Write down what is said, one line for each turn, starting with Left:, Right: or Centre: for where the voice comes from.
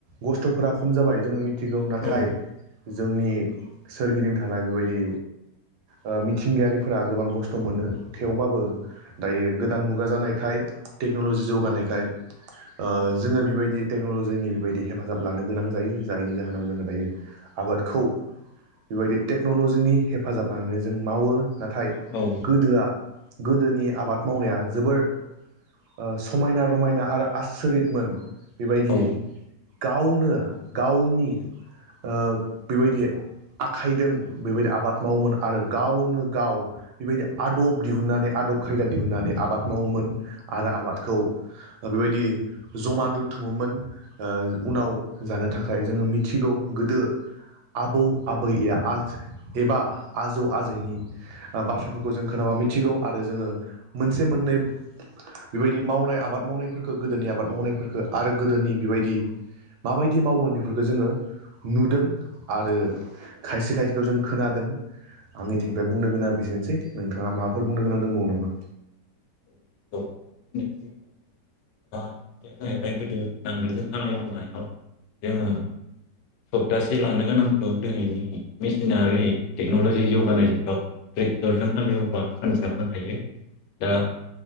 Right: खस्थ'फोरा खम जाबाय जोङो मि थिगौ नाथाय
Left: औ
Right: आंनि सोरगिदिं थानाय बेबायदि ओ मिथिंगायारिफोरा गोबां खस्थ' मोनो थेवबाबो दायो गोदान मुगा जानायखाय टेक्न'लजि जौगानायखाय ओ
Left: औ
Right: जोङो बेबायदि टेक्न'लजिनि बेबायदि हेफाजाब लानो गोनां जायो जायनि जाहोनाव जोङो दायो आबादखौ बेबायदि टेक्न'लजिनि हेफाजाब लानानै जों मावो नाथाय
Left: औ
Right: गोदोआ गोदोनि आबाद मावनाया जोबोर ओ समायना रमायना आरो आसरितमोन बेबायदि
Left: औ
Right: गावनो गावनि ओ बेबायदि आखाइदों बेबायदि आबाद मावोमोन आरो गावनो गाव बेबायदि आदब दिहुननानै आदब खायदा दिहुननानै आबाद मावोमोन आरो
Left: औ
Right: आबादखौ ओ बेबायदि जमा दोन्थुमोमोन ओ उनाव जानो थाखाय जोङो मिथिगौ गोदो आबौ आबै आ एबा आजौ आजैनि बाथ्राफोरखौ जों खोनाबा मिथिगौ आरो जोङो मोनसे मोननै बेबायदि मावनाय आबाद मावनायफोरखौ गोदोनि आबाद मावनायफोरखौ आरो गोदोनि बेबायदि माबायदि मावोमोन बेफोरखौ जोङो नुदों आरो खायसे खायसेखौ जों खोनादों आंनिथिंनिफ्राय बुंनो गोनाङा बेसेनोसै नोंथाङा माबाफोर बुंनो गोनां दंबावो नामा?
Left: <unintelligible> <unintelligible> जाहैबाय गोदो नांगोलजों हालेवनायाव जोङो सप्तासे लानो गोनांखौ दिनैनि मेसिनारि टेक्न'लजि जौगानाय जुगाव ट्रेक्टरजों हालेवबा सानसेयावनो हायो दा